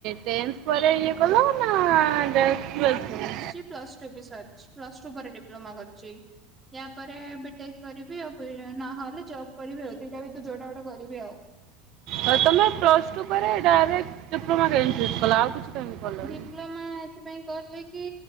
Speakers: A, on the right; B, on the right.
A: ଟେନ୍ଥ ପରେ ଇଏ କଲ, ନା ଡାଇରେଟ୍ ଟୁୱଲେଭ?
B: ପ୍ଲ ଟୁ ବି ସରିଛି ପ୍ଲ ଟୁ ପରେ ଡିପ୍ଲୋମା କରିଛି ୟା ପରେ ବିଟେକ୍ କରିବି ଆଉ ନହେଲେ ଜବ୍ କରିବି ଆଉ, ଦିଟା ଭିତରେ ଯୋଉଟା ଗୋଟେ କରିବି ଆଉ।
A: ହଁ ତମ ପ୍ଲସ ଟୁ ପରେରେ ଡାଇରେକ୍ଟ ଡିପ୍ଲୋମା <unintelligible> କଲନି?
B: ଡିପ୍ଲୋମା ଏଥିପାଇଁ କିଲ କି